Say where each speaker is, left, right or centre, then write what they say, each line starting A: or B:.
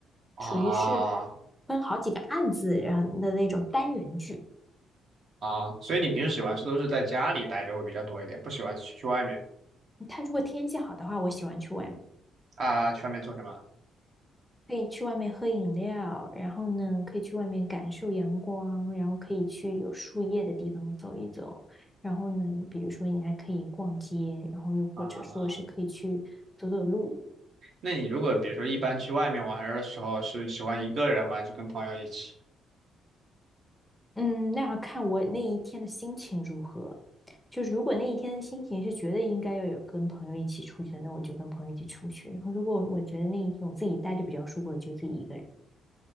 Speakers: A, on the right (about 55°); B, in the centre.
A: 啊
B: 属于是分好几个案子然后的那种单元剧。
A: 啊，所以你平时喜欢是都是在家里待着会比较多一点，不喜欢去去外面
B: 它如果天气好的话，我喜欢去外面，
A: 啊？去外面做什么
B: 可以去外面喝饮料，然后呢，可以去外面感受阳光，然后可以去有树叶的地方走一走，然后呢，比如说你还可以逛街，然后又或者说是可以去走走路。
A: 啊？那你如果比如说一般去外面玩儿的时候，是喜欢一个人吗？还是跟朋友一起？
B: 嗯，那要看我那一天的心情如何。就如果那一天的心情是觉得应该要有跟朋友一起出去的，那我就跟朋友一起出去。然后如果我觉得那一天我自己待着比较舒服，我就自己一个人。